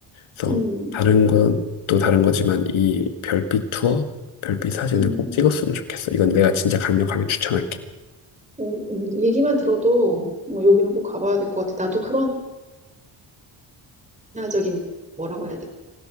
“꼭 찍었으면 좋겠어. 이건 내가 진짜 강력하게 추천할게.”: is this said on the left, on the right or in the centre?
Left